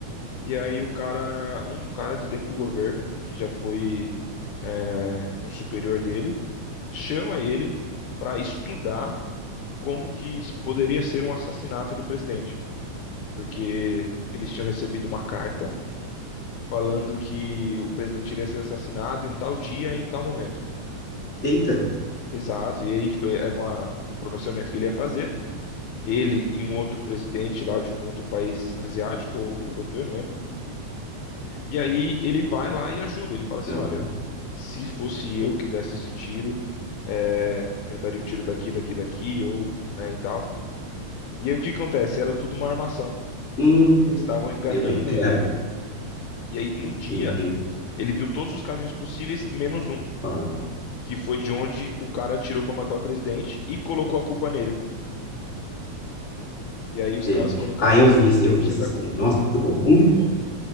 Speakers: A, on the left; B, on the left.
A: E aí o cara, um cara de dentro do governo, que já foi é, um superior dele, chama ele para estudar como que isso poderia ser um assassinato do presidente, porque eles tinham recebido uma carta falando que o presidente iria ser assassinado em tal dia, em tal momento.
B: Eita!
A: Exato, e aí tipo, era uma, um pronunciamento que ele ia fazer, ele e um outro presidente lá de um outro país asiático ou europeu, não lembro E aí ele vai lá e ajuda. Ele fala assim:
B: Aham.
A: olha, se fosse eu que desse esse tiro, é, eu daria o tiro daqui, daqui, daqui, ou, né, e tal. E aí o que acontece? Era tudo uma armação.
B: Hum,
A: Eles estavam enganando
B: eu vi. É,
A: ele, e aí no dia
B: ele ele
A: ele viu todos os caminhos possíveis, menos um,
B: fala.
A: que foi de onde o cara atirou pra matar o presidente e colocou a culpa nele. E aí os
B: Ele.
A: caras colocaram
B: Ah, eu
A: 100%
B: vi, esse- eu vi essa
A: da
B: série.
A: culpa.
B: Nossa, muito bom, muito bom.